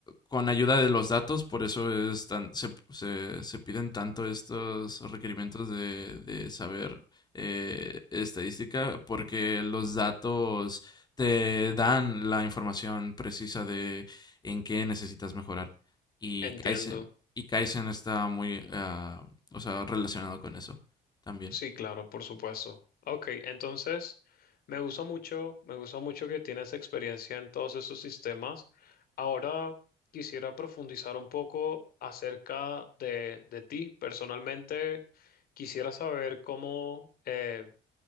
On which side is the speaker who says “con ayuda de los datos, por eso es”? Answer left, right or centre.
Left